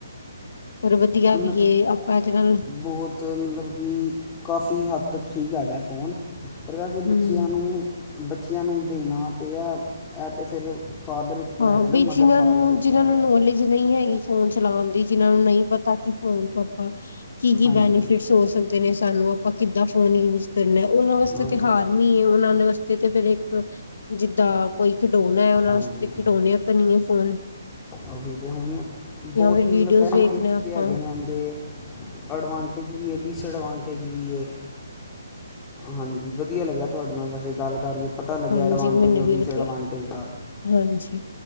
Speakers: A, on the left; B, on the left.
A: ਪਰ ਵਧੀਆ
B: ਹੁਣ
A: ਵੀ ਏ, ਆਪਾਂ ਇੱਕ ਦਿਨ
B: ਬਹੁਤ ਮਤਲਬ ਕਿ ਕਾਫੀ ਹੱਦ ਤੱਕ ਠੀਕ ਹੈਗਾ ਫੋਨ, ਪਰ ਵੈਸੇ
A: ਹਮ
B: ਬੱਚਿਆਂ ਨੂੰ ਬੱਚਿਆਂ ਨੂੰ ਦੇਣਾ ਤੇ ਐ, ਇਹ ਤੇ ਫਿਰ ਫਾਦਰ ਉੱਪਰ
A: ਹਾਂ
B: ਹੈਗਾ
A: ਵਿਚ
B: ਨਾ ਮਦਰ
A: ਜਿਹਨਾਂ
B: ਫਾਦਰ
A: ਨੂੰ,
B: ਉੱਪਰ
A: ਜਿਹਨਾਂ
B: ਹੈਗਾ
A: ਨੂੰ ਨੌਲੇਜ ਨਹੀਂ ਹੈਗੀ ਫੋਨ ਚਲਾਣ ਦੀ ਜਿਹਨਾਂ ਨੂੰ ਨਹੀਂ ਪਤਾ ਤਾਂ ਕਿ ਫੋਨ ਤੋਂ ਆਪਾਂ ਕੀ- ਕੀ
B: ਹਾਂਜੀ
A: ਬੈਨੀਫਿਟਸ ਹੋ ਸਕਦੇ ਨੇ ਸਾਨੂੰ ਆਪਾਂ ਕਿੱਦਾਂ ਫੋਨ ਯੂਜ ਕਰਨਾ ਉਹਨਾਂ ਵਾਸਤੇ
B: ਹਾਂਜੀ
A: ਤੇ ਹਾਰਮ ਈ ਏ ਉਹਨਾਂ ਵਾਸਤੇ ਤੇ ਫਿਰ ਇੱਕ ਜਿੱਦਾਂ ਕੋਈ ਖਿਡੌਣਾ ਏ ਉਹਨਾਂ
B: ਹਾਂਜੀ
A: ਵਾਸਤੇ ਖਿਡੌਣੇ ਕਨੀ ਏ ਫੋਨ
B: ਉਹੀ ਅਤੇ ਹੁਣ ਬਹੁਤ
A: ਜਾਂ ਫਿਰ
B: ਮਤਲਬ
A: ਵੀਡੀਓਜ਼
B: ਬੈਨੀਫਿਟਸ
A: ਵੇਖਣੇ ਆਪਾਂ
B: ਵੀ ਹੈਗੇ ਨੇ ਇਹਦੇ ਐਡਵਾਂਟੇਜ ਵੀ ਏ ਡਿਸਐਡਵਾਂਟੇਜ ਵੀ ਏ। ਹਾਂਜੀ, ਵਧੀਆ ਲੱਗਿਆ ਤੁਹਾਡੇ ਨਾਲ ਵੈਸੀਂ ਗੱਲ ਕਰਕੇ ਪਤਾ ਲੱਗਿਆ
A: ਹਾਂਜੀ
B: ਐਡਵਾਂਟੇਜ
A: ਮੈਨੂੰ
B: ਔਰ
A: ਵੀ
B: ਡਿਸਐਡਵਾਂਟੇਜ
A: ਵਧੀਆ
B: ਦਾ।
A: ਹਾਂਜੀ।